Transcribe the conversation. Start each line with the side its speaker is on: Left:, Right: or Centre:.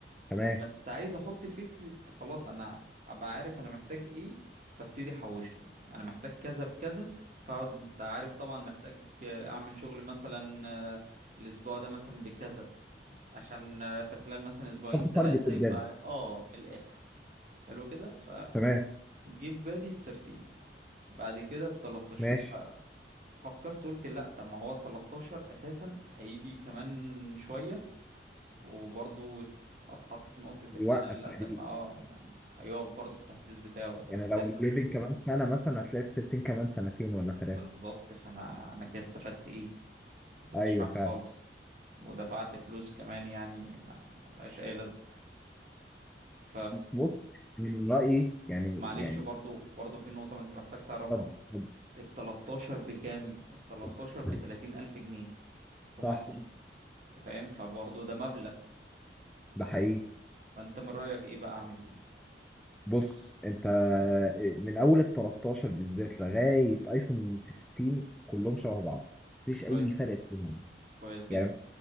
Centre: تمام
Right: بس عايز احط فكره خلاص انا ابقى عارف انا محتاج ايه فابتدي احوش له انا محتاج كذا بكذا فاقعد انت عارف طبعا محتاج آه، اعمل شغل مثلا آه، الاسبوع ده مثلا بكذا عشان آه، في خلال مثلا اسبوعين
Centre: حط
Right: ثلاثه
Centre: تارجت قدام
Right: يبقى اه من الاخر حلو كده فجه
Centre: تمام
Right: في بالي ال 13 بعد كده ال 13
Centre: ماشي
Right: فكرت قلت لا طب ما هو ال 13 اساسا هيجي كمان شويه وبرضو اتحط في نقطه
Centre: يوقف
Right: ان انا لا
Centre: تحديث
Right: ده ما- اه يعني هيقف برضو التحديث بتاعه طب
Centre: يعني
Right: انا كده
Centre: لو
Right: استفدت
Centre: الليفنج
Right: ايه
Centre: كمان سنه مثلا هتلاقي السيفتين كمان سنتين ولا ثلاثه
Right: بالظبط فانا انا كده استفدت ايه ما استفدتش
Centre: ايوه
Right: حاجه
Centre: فعلا
Right: خالص ودفعت فلوس كمان يعني ما ما لهاش اي لازمه ف
Centre: بص من رايي يعني
Right: معلش
Centre: يعني
Right: برضو برضو في نقطه انت محتاج تعرفها
Centre: اتفضل
Right: ال 13 بكام ال 13
Centre: اتفضل.
Right: ب 30 الف جنيه في
Centre: صح
Right: مصر انت فاهم فبرضه ده مبلغ
Centre: ده حقيقي
Right: فانت من رأيك ايه بقى اعمل ايه
Centre: بص انت آه، من اول ال 13 بالذات لغايه ايفون 16 كلهم شبه بعض مفيش اي
Right: كوي...
Centre: فرق بينهم
Right: كويس جدا
Centre: يعني